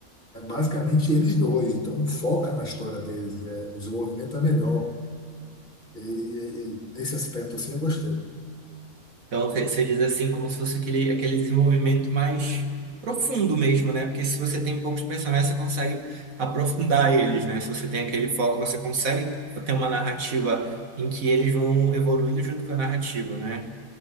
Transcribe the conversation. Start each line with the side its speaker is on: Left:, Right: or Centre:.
Left: é basicamente eles dois. Então foca na história deles, é, o desenvolvimento é melhor. E, e- e nesse aspecto assim eu gostei.
Right: Então, você você diz assim, como se fosse aquele, aquele desenvolvimento mais profundo mesmo, né? Porque se você tem poucos personagens, você consegue aprofundar eles, né? Se você tem aquele foco, você consegue ter uma narrativa em que eles vão evoluindo junto com a narrativa, né?